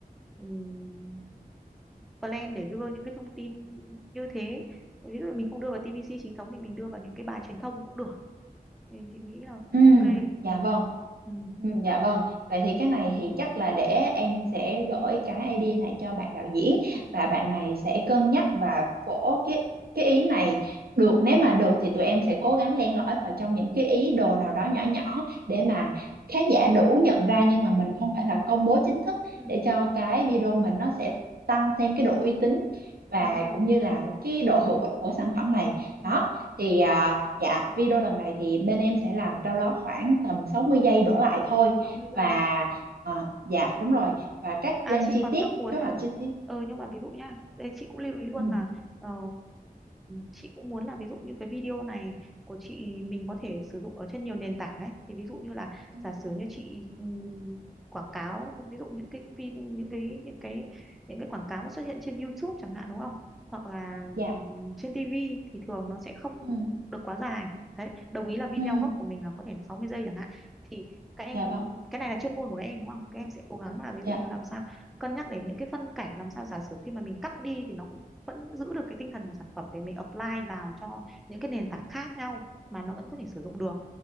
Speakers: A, in the centre; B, on the right.
A: ừm, plan để đưa những cái thông tin như thế ví dụ mình không đưa vào TVC chính thống thì mình đưa vào những cái bài truyền thông cũng được thì chị nghĩ là cũng
B: Ừ,
A: ok
B: dạ
A: ừ.
B: vâng.
A: Ừ.
B: Ừ, dạ vâng. Vậy thì cái này thì chắc là để em sẽ gửi cái idea này cho bạn đạo diễn và bạn này sẽ cân nhắc và phổ cái cái ý này được nếu mà được thì tụi em sẽ cố gắng len lỏi vào trong những cái ý đồ nào đó nhỏ nhỏ để mà khán giả đủ nhận ra nhưng mà mình không phải là công bố chính thức
A: Ừ.
B: để cho cái video mình nó sẽ tăng thêm cái độ uy tín và
A: đúng rồi
B: cũng như là cái độ hữu ích của sản phẩm này.
A: ừ.
B: Đó thì à, dạ video lần này thì bên em sẽ làm đâu đó khoảng tầm 60 giây đổ lại thôi
A: 60 giây
B: và à, dạ đúng rồi và các
A: À
B: plan
A: chị
B: chi
A: còn
B: tiết
A: đang muốn
B: kế
A: là
B: hoạch chi tiết
A: ờ nhưng mà ví dụ nhá, đây chị cũng lưu ý luôn
B: ừ.
A: là ờ, chị cũng muốn là ví dụ như cái video này của chị mình có thể sử dụng ở trên nhiều nền tảng ấy thì ví dụ như là
B: Ừ,
A: giả sử như chị ừm, quảng cáo ví dụ những cái vi- những cái những cái những cái quảng cáo mà xuất hiện trên YouTube chẳng hạn đúng không? Hoặc là
B: dạ
A: ừm, trên TV thì thường nó sẽ không
B: ừ.
A: được quá dài. Đấy, đồng ý là video
B: Ừ.
A: gốc của mình là có thể là 60 giây chẳng hạn thì các em
B: dạ vâng
A: cái này là chuyên môn của các em đúng không? Các em sẽ cố gắng là ví dụ
B: dạ
A: như làm sao cân nhắc đến những cái phân cảnh làm sao giả sử khi mà mình cắt đi thì nó cũng vẫn giữ được cái tinh thần của sản phẩm để mình apply vào cho những cái nền tảng khác nhau mà nó vẫn có thể sử dụng được